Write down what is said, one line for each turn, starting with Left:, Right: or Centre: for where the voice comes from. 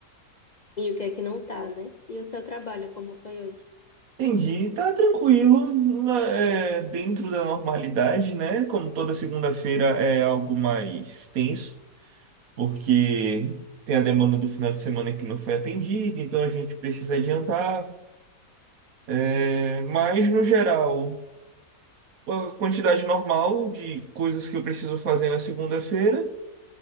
Left: e o que é que não tá, né? E o seu trabalho, como foi hoje?
Right: Entendi. Tá tranquilo, na- é, dentro da normalidade, né? Como toda segunda-feira é algo mais tenso, porque tem a demanda do final de semana que não foi atendida, então a gente precisa adiantar. É, mas no geral. a quantidade normal de coisas que eu preciso fazer na segunda-feira.